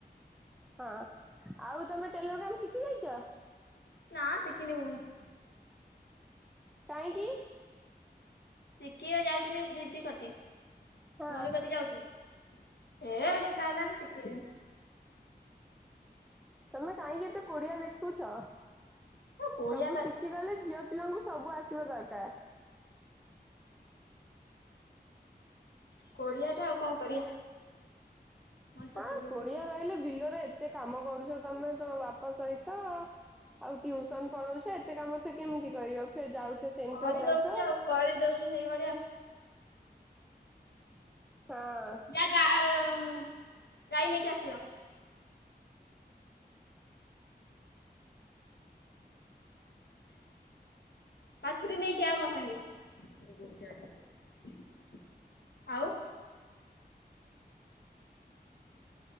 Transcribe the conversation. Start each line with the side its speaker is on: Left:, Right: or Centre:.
Centre: ହଁ ଆଉ ତମେ ଟେଲର କାମ ଶିଖି ଯାଇଛ।
Left: ନାଁ ଶଖିନି ଭୋଉଣି।
Centre: କାହିଁକି?
Left: ଶିଖିବାକୁ ଯାଉଥିଲି ଦିଦି କତି ଭୋଉଣୀ
Centre: ହଁ
Left: କତିକି ଯାଉଥିଲି। ହେ ଇଚ୍ଛା ହେଲାନି ଶିଖି ନେହିଁ।
Centre: ତମେ କାହିଁକି ଏତେ କୋଡିଆ ଦେଖୁଛ?
Left: କୋଳିଆ
Centre: ସବୁ ଶିଖି ଗଲେ ଝିଅ ପିଲାଙ୍କୁ ସବୁ ଆସିବା ଦରକାର।
Left: କୋଢିହାଟା ଆଉ କଣ କରିବା। ମଣିଷ
Centre: ହଁ
Left: କୋଢିଆ
Centre: କୋଢିହା
Left: ହେଇଯାଇଛି।
Centre: ରହିଲେ ବିଲରେ। ଏତେ କାମ କରୁଛ ତମେ ତମ ବାପା ସହିତ ଆଉ ଟ୍ୟୁସନ ପଳଉଛ ଏତେ କାମ ଫେରେ କେମିତି କରିବ ଫେରେ ଯାଉଛ ସେଣ୍ଟର
Left: କରିଦଉଛି
Centre: ଯାଉଛ।
Left: ଆଉ କରି ଦଉଛି ସେଇଭଳିଆ।
Centre: ହାଁ।
Left: ଏଁ ଆ ଗାଏଁ ମଁ ଗାଈ ନେଇକି ଆସିବ। ବାଛୁରୀ ନେଇକି ଆ ମୋ ସାଙ୍ଗେ ସେ ଗୁଣ୍ଡି ଆଣିବ କହିବୁଲ। ଥାଉଁ।